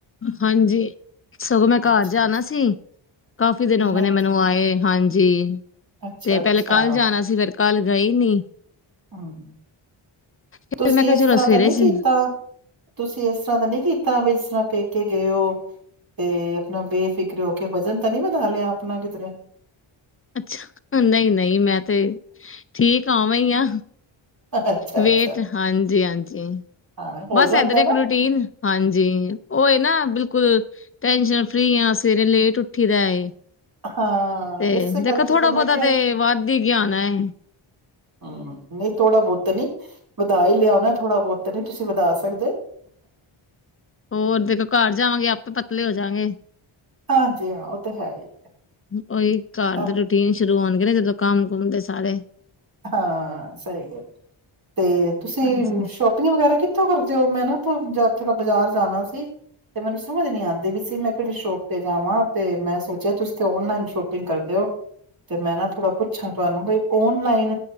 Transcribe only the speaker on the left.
ਹਾਂਜੀ, ਸਗੋਂ ਮੈਂ
ਘਰ ਜਾਣਾ
ਸੀ ਕਾਫੀ ਦਿਨ ਹੋ ਗਏ
ਨੇ ਮੈਨੂੰ ਆਏ, ਹਾਂਜੀ
ਤੇ ਪਹਿਲੇ
ਕੱਲ ਜਾਣਾ ਸੀ ਫਿਰ ਕੱਲ ਗਈ ਨਈ
ਫਿਰ
ਮੈਂ ਕਿਹਾ
ਚਲੋ
ਸਵੇਰੇ
ਚ
ਅੱਛਾ, ਨਈ- ਨਈ ਮੈਂ ਤੇ ਠੀਕ ਆ ਓਵੇ ਆ
ਵੇਟ
ਹਾਂਜੀ- ਹਾਂਜੀ
ਬਸ
ਏਦਰ
ਇੱਕ ਰੂਟੀਨ ਹਾਂਜੀ ਉਹਏ ਨਾ ਬਿਲਕੁਲ ਟੈਨਸ਼ਨ ਫਰੀ ਆ ਸਵੇਰੇ ਲੇਟ ਉੱਠੀ ਦਾ ਏ
ਤੇ
ਦੇਖੋ
ਥੋੜਾ
ਬਹੁਤਾ
ਤੇ ਵੱਧ ਹੀ ਗਿਆ ਹੋਣਾ ਹੈ।
ਹੋਰ ਦੇਖੋ ਘਰ ਜਾਵਾਂਗੇ ਆਪ ਪਤਲੇ ਹੋ ਜਾਗੇ
ਉਹੀ ਘਰ
ਦੇ ਰੂਟੀਨ ਸ਼ੁਰੂ ਹੋਣਗੇ ਨਾ ਜਦੋਂ ਕੰਮ ਕੁੁੰਮ ਦੇ ਸਾਰੇ
ਹਾਂਜੀ